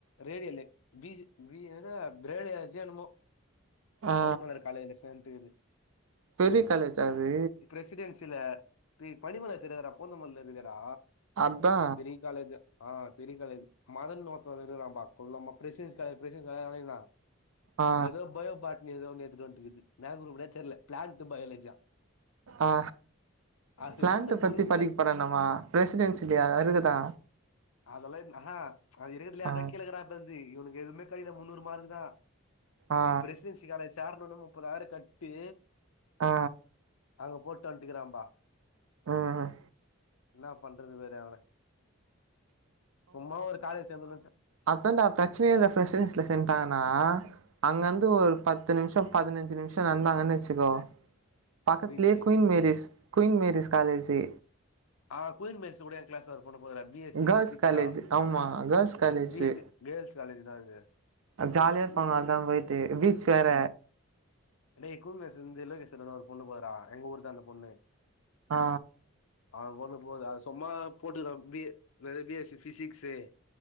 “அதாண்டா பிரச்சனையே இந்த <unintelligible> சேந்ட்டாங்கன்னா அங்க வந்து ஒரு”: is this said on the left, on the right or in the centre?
Right